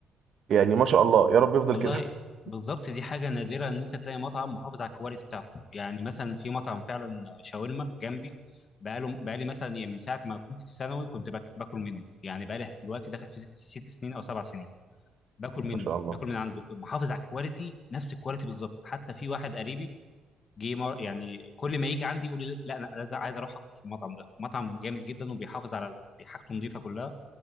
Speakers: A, on the right; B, on the left.
A: يعني ما شاء الله يا رب يفضل
B: والله
A: كده <laughs>
B: بالظبط دي حاجة نادرة إن أنت تلاقي مطعم محافظ على الكواليتي بتاعته، يعني مثلا في مطعم فعلا شاورما جنبي بقاله بقالي مثلا يعني من ساعة ما كنت في الثانوي كنت باك- باكل منه، يعني بقالي دلوقتي داخل في ست, ست سنين أو سبع سنين باكل منه،
A: ما شاء الله
B: باكل من عنده، محافظ على الكواليتي نفس الكواليتي بالظبط، حتى في واحد قريبي جه مر... يعني كل ما يجي عندي يقول لي لا أنا لازم- عايز أروح أكل في المطعم ده، مطعم جامد جدا وبيحافظ على ال- حاجته نظيفة كلها،